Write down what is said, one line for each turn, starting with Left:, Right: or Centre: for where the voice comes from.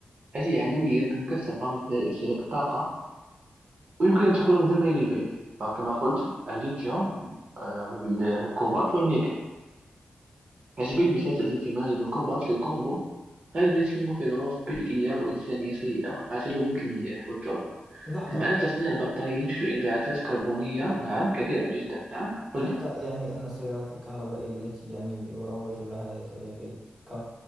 Right: هذه عمليات مكثفة مثل استهلاك الطاقة ويمكن أن تكون مدمرة للبيئة فكما قلت الليثيوم آه، وال- والكوبالت والنيكل على سبيل المثال تزيد اندماج بالكوبالت في الكونغو غالبا يتم في ظروف بيئية وإنسانية سيئة مع تلوث المياه والتربة
Centre: لحظة
Right: كما أن تصنيع البطارية ينتج انبعاثات كربونية نعم كبيرة جدا نعم قل
Centre: لحظة
Right: لي
Centre: يعني أن السيارات الكهربائية التي يعني يروج لها يا صديقي ك...